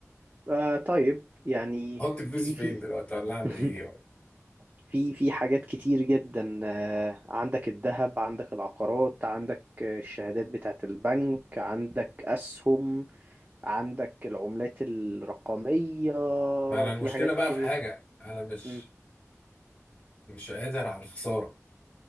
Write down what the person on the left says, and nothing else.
احط فلوسي
فين
دلوقتي ولا اعمل
ايه ولا
ما انا المشكله
بقى
في حاجه
انا مش
مش قادر على الخساره